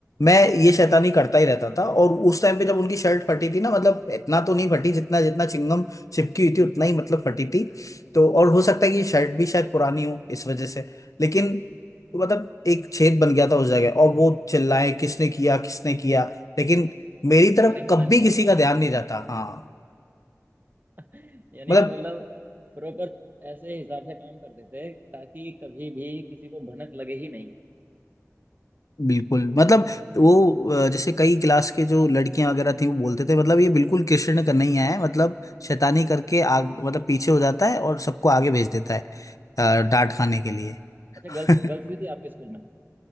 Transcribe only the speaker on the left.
मैं ये शैतानी करता ही रहता था और उस टाइम पे जब उनकी शर्ट फटी थी ना मतलब इतना तो नहीं फटी जितना जितना चिंगम चिपकी हुई
थी उतना ही मतलब फटी थी तो और
हो सकता है कि शर्ट भी शायद पुरानी हो इस वजह से लेकिन तो मतलब एक छेद बन गया था उस जगह और वो चिल्लाए किसने किया किसने किया लेकिन मेरी तरफ
कभी
किसी का ध्यान नहीं जाता हाँ
मतलब
बिल्कुल मतलब वो अ, जैसे कई क्लास के जो लड़कियां वगैरह थी वो बोलते थे मतलब ये बिल्कुल कृष्ण का नहीं है मतलब शैतानी करके आग मतलब पीछे हो जाता है और सबको
आगे भेज देता है अ, डांट खाने के लिए
<laughs>